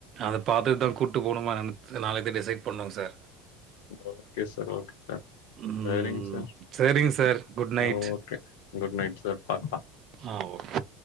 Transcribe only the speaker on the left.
okay sir okay sir
செரிங்க சார்
uh Okay good night sir பாக்லா